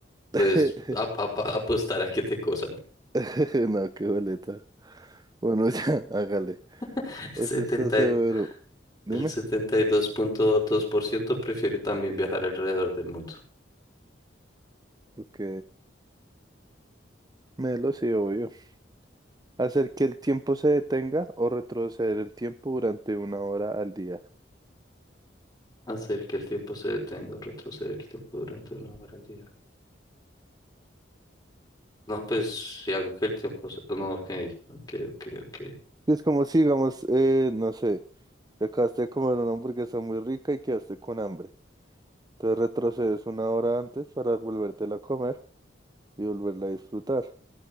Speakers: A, on the right; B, on the left.
A: <laughs>
B: pues, a- a- a- apostar a que te cosan.
A: <laughs> No, qué boleta. Bueno, <laughs> ya, hágale.
B: <laughs> El
A: Ese
B: 70
A: está severo.
B: y-
A: Dime.
B: el setenta y dos punto dos por ciento prefiere también viajar alrededor del mundo.
A: Ok. Melo, sí, obvio. Hacer que el tiempo se detenga o retroceder el tiempo durante una hora al día.
B: Hacer que el tiempo se detenga, o retroceder el tiempo durante una hora al día. No, pues si hago que el tiempo se... No, ok, ok, ok, ok.
A: Es como si, digamos, eh, no sé, te acabaste de comer una hamburguesa muy rica y quedaste con hambre. Entonces retrocedes una hora antes para volvértela a comer y volverla a disfrutar.